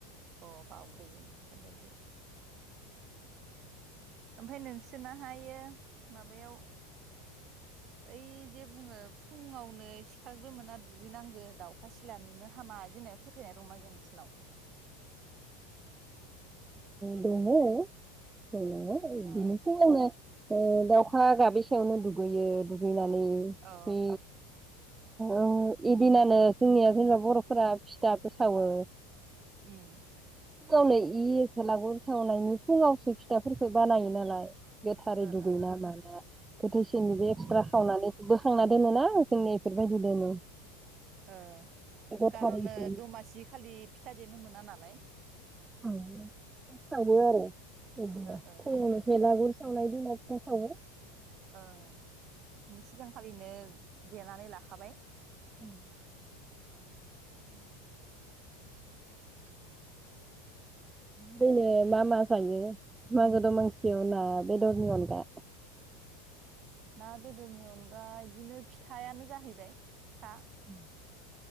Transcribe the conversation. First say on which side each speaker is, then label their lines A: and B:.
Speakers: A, on the right; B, on the right.
A: अ बावग्रोयो। फोरमायोदि ओमफ्राय नोंसोरनाहायो माबायाव बै जे बुङो फुङावनो सिखारग्रोमोना दुगैनांगो दाउखा सिला नुनो हामा इदि होननाया फोथायनाया दंना गैया नोंसिनाव?
B: दंङ <unintelligible> एदिनो
A: औ
B: फुङावनो दाउखा गाबिसायावनो दुगैयो दुगैनानै
A: औ
B: <inaudible> औ इदिनानो जोंनिया जेनेबा बर'फोरा फिथाबाबो सावो
A: उम
B: गावनो इ बेलागुर सावनायनि फुंङावसो फिथाफोरखौ बानायो नालाय गोथारै
A: ओ
B: दुगै
A: ओ
B: ना माना थैसेनि बे एक्सट्रा
A: उम
B: खांनानै थांना दोनो ना जोंनि बेफोरबायदि दोनो
A: ओ
B: गोथारैसो
A: कार'नो दमासि खालि फिथा देनो मोना नालाय
B: <unintelligible> सावो आरो बिदिनो
A: ओ ओ
B: फुङावनो भेलागुर सावनाय दिनाव बेखावो
A: औ सिगांखालिनो देनानै ला हाबाय
B: औ ।
A: <unintelligible>
B: ओरैनो मा मा थायो मागो दमांसि जेवना बेदरनि अनगा
A: ना बेदरनि अनगा बिदिनो फिथाइानो जाहैबाय फा
B: <inaudible>